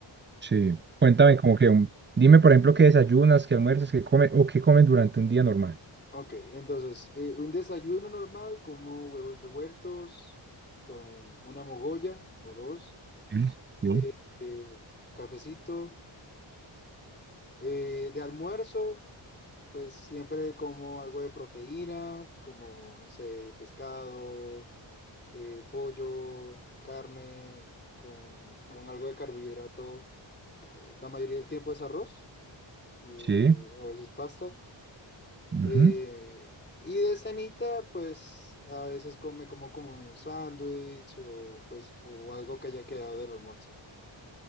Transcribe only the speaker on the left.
Ok, entonces, eh, un desayuno normal como huevos revueltos con una mogolla o dos,
eh, eh, cafecito. Eh, de almuerzo. Pues siempre como algo de proteína, como, no sé, pescado, eh, pollo, carne, con, con algo de carbohidrato. Eh, La mayoría del tiempo es arroz, eh,
o a veces pasta.
Eh, y de cenita, pues a veces come como, como un sándwich o, pues, o algo que haya quedado del almuerzo.